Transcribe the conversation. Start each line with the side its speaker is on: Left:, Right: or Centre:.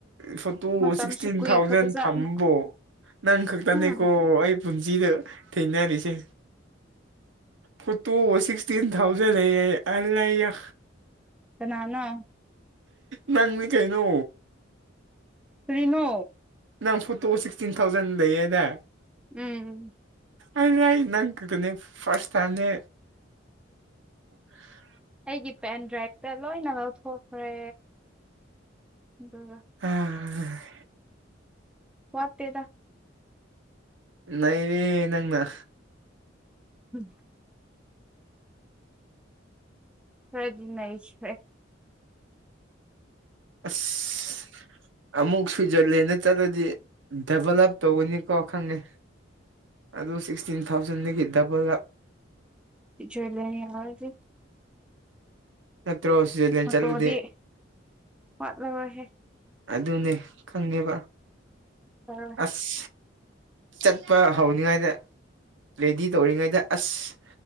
Right: ꯐꯨꯠ ꯇꯨ
Centre: ꯃꯇꯝꯁꯨ
Right: ꯁꯤꯛꯁꯇꯤꯟ
Centre: ꯀꯨꯏꯈ꯭ꯔꯕꯖꯥꯠꯅꯤ
Right: ꯊꯥꯎꯖꯟ ꯊꯝꯕꯣ ꯅꯪ ꯈꯛꯇꯅꯦꯀꯣ
Centre: ꯎꯝ
Right: ꯑꯩ ꯄꯨꯟꯁꯤꯗ ꯊꯦꯡꯅꯔꯤꯁꯦ ꯐꯣꯇꯣꯕꯨ ꯁꯤꯛꯁꯇꯤꯟ ꯊꯥꯎꯖꯟꯗ ꯑꯦ ꯑꯔꯥꯌꯥ
Centre: ꯀꯅꯥꯅꯣ
Right: ꯅꯪꯅꯤ ꯀꯩꯅꯣ
Centre: ꯀꯔꯤꯅꯣ
Right: ꯅꯪ ꯐꯣꯇꯣ ꯁꯤꯛꯁꯇꯤꯟ ꯊꯥꯎꯖꯟ ꯂꯩꯌꯦꯗ
Centre: ꯎꯝ
Right: ꯑꯗꯨ ꯑꯩ ꯅꯪꯈꯛꯇꯅꯦ ꯐꯥꯔꯁꯇ ꯇꯥꯏꯝꯅꯦ <inaudible>
Centre: ꯑꯩꯒꯤ ꯄꯦꯟ ꯗ꯭ꯔꯥꯏꯚꯇ ꯂꯣꯏꯅ ꯂꯧꯊꯣꯛꯈ꯭ꯔꯦ ꯑꯗꯨꯒ
Right: ꯑꯥ
Centre: ꯋꯥꯠꯇꯦꯗ
Right: ꯅꯩꯔꯦ ꯅꯪꯅ
Centre: ꯎꯝ ꯈꯔꯗꯤ ꯅꯩꯈ꯭ꯔꯦ
Right: ꯑꯁꯁ ꯑꯃꯨꯛ ꯁ꯭ꯋꯤꯖꯔꯂꯦꯟꯗ ꯆꯠꯂꯗꯤ ꯗꯦꯕꯂꯞ ꯇꯧꯒꯅꯤꯀꯣ ꯈꯪꯉꯦ ꯑꯗꯨ ꯁꯤꯛꯁꯇꯤꯟ ꯊꯥꯎꯖꯟꯗꯒꯤ ꯗꯦꯕꯔꯥꯞ
Centre: ꯁꯨꯣꯏ ꯂ ꯑꯒꯦ <inaudible>
Right: ꯅꯠꯇ꯭ꯔꯣ ꯁ꯭ꯋꯤꯖꯂꯦꯟ
Centre: ꯐꯣꯇꯣꯗꯤ
Right: ꯆꯠꯂꯗꯤ
Centre: ꯋꯥꯠꯂꯔꯣꯏꯍꯦ
Right: ꯑꯗꯨꯅꯦ ꯈꯪꯉꯦꯕ
Centre: ꯇꯧꯔꯣꯏ
Right: ꯑꯁ ꯆꯠꯄ ꯍꯧꯅꯤꯉꯥꯏꯗ ꯔꯦꯗꯤ ꯇꯧꯔꯤꯉꯩꯗ as